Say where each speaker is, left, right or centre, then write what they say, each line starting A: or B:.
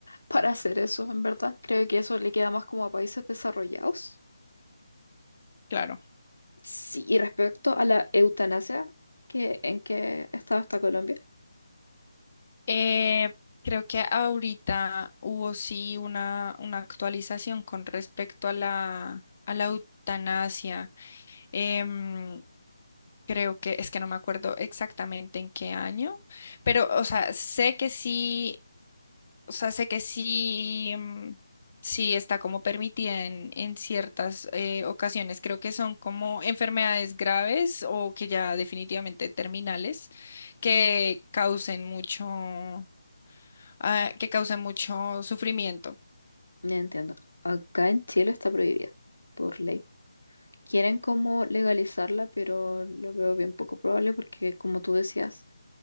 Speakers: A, on the left; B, on the left.
A: para hacer eso, en verdad. Creo que eso le queda más como a países desarrollados.
B: Claro.
A: Sí, y respecto a la eutanasia, que, ¿en qué estado está Colombia?
B: Eh, creo que ahorita hubo sí una, una actualización con respecto a la, a la eutanasia. Em, creo que es que no me acuerdo exactamente en qué año, pero, o sea, sé que sí, o sea, sé que sí, em, sí está como permitida en, en ciertas eh, ocasiones. Creo que son como enfermedades graves o que ya definitivamente terminales que causen mucho, ah, que causen mucho sufrimiento.
A: No entiendo. Acá en Chile está prohibida por ley. Quieren como legalizarla, pero lo veo bien poco probable porque, como tú decías,